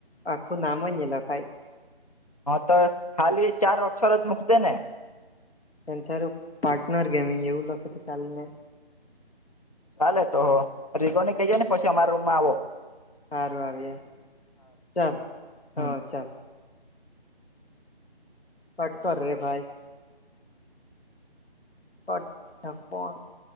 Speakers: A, on the left; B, on the left.
A: આખું નામ જ લખાઈ-
B: હા તો ખાલી ચાર અક્ષર જ મુકતે ને-
A: એ તારું પાર્ટનર ગેમિંગ એવું લખે તો ચાલે ને-
B: ચાલે તો જીગોને કહીએ ને પછી અમારા રૂમમાં આવો-
A: સારું આવીએ ચાલ
B: હમ
A: હં ચાલ. કટ કર રે ભાઈ. <unintelligible>